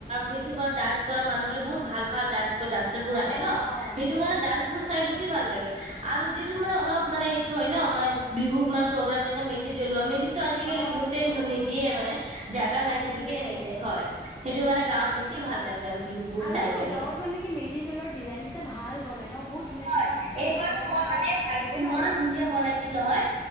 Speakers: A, on the right; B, on the left.
A: বেছি ভাগ ডান্স কৰা মানুহ গিলে বহুত ভাল ভাল ডান্স, ড্সৰ বোৰ আহে
B: অ
A: ন
B: অ
A: সেইটো কাৰণে ডান্স বোৰ চাই বেছি ভাল লাগে আৰু যিহেতু মান অলপ মানে এইটো হয় ন আমাৰ বিহু মানে প্ৰগ্ৰ যে মেজ জলোৱা মে তো আজিকালি
B: অ
A: বহুতে
B: এইটো
A: নিদিয়ে মানে জোগা
B: নি-
A: নাই
B: নিদিয়ে
A: বুলি কেনে নিদেয়ে হয়। সেইটো কাৰণে গাঁওৱত বেছি ভাল লাগে। আৰু বিহুবোৰ
B: আৰু
A: চাই কেনে
B: গাঁৱত মানে কি মেজি জোলৰ ডিজাইন কেইটা ভাল বনাই ন বহুত
A: হয়
B: ধুনীয়া
A: হয়
B: ধুনীয়া
A: এইবাৰতো
B: ঘৰ
A: মই মানে ভাইটি
B: বহুত
A: ইমান
B: ভাল লাগে।
A: ধুনীয়া বনাইছিল নহয়,